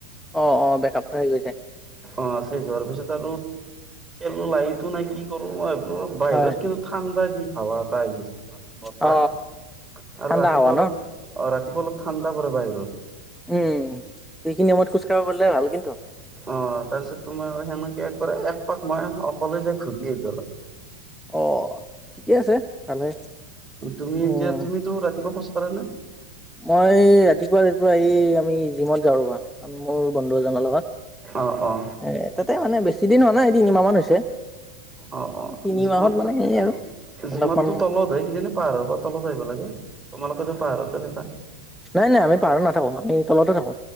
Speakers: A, in the centre; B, on the right (about 25°).
A: অ অ বেকআপটো শেষ হৈ।
B: অঁ চেছ হোৱাৰ পিছত আৰু লাইতো নাই কি কৰো মই বোলো বাহিৰত
A: হয়
B: তো ঠাণ্ডা দি হাৱা এটা আহি গৈছে তোমাৰ বতাহ,
A: অ ঠাণ্ডা
B: আৰু ৰাতিপুৱা
A: হাৱা
B: অলপ
A: ন
B: অঁ ৰাতিপুৱা অলপ ঠাণ্ডা পৰে বাহিৰত।
A: উম, সেইখিনি সময়ত খোজ কঢ়িব পাৰিলে ভাল কিন্তু।
B: অঁ তাৰপিছত তোমাৰ সেনেকে একবাৰ একপাক মই অকলে যাই ঘূৰি আহিলো আৰু।
A: অ ঠিকে আছে। ভালে
B: তুমি
A: উম
B: এতিয়া তুমিতো ৰাতিপুৱা খোজ কঢ়া নে?
A: মই ৰাতিপুৱা ৰাতিপুৱাই এই আমি জিমত যাওঁ ৰবা মোৰ বন্ধু এজনৰ লগত।
B: অঁ অঁ।
A: এ তাতে মানে বেছি দিন হোৱা নাই এই তিনিমাহমান হৈছে।
B: অঁ অঁ
A: তিনি
B: জিমত
A: মাহত
B: ত
A: মানে সেই আৰু
B: জিমতো
A: অলপমান
B: তলত হৈ কিনে নে পাহাৰৰ পৰা তলত আহিব লাগে, তোমালোকো পাহাৰতে থাকা?
A: নাই নাই আমি পাহাৰত নাথাকো, আমি তলতে থাকো,